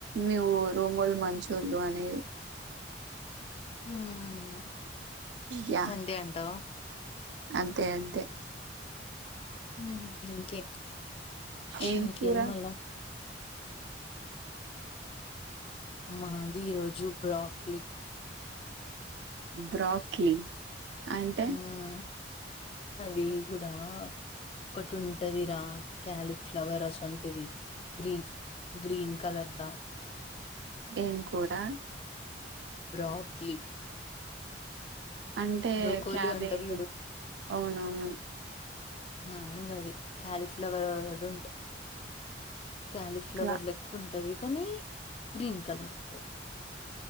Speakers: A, on the right; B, on the left.
A: నువు రూములు మంచోళ్ళు అనేది
B: హ్మ్
A: య
B: అంతే అంటావా
A: అంతే అంతే
B: హ్మ్ ఇంకే
A: ఏం
B: ఇంకేం
A: కూర
B: మళ్ళ మాది ఈరోజు బ్రాక్లీ
A: బ్రాక్లీ అంటే
B: హ్మ్ అది కూడా ఒకటి ఉంటదిరా క్యాలిఫ్లవర్ అసువంటిది గ్రీన్ గ్రీన్ కలర్గా
A: ఏం కూరా
B: బ్రాక్లీ
A: అంటే
B: బ్రోకోలీ
A: క్యాబేజ్
B: అంటారు
A: అవునవును
B: మ్మ్ అంగది క్యాలీఫ్లవర్ అది ఉంటా క్యాలీఫ్లవర్
A: ఇట్లా
B: లెక్కుంటది కానీ గ్రీన్ కలర్ ఉంటది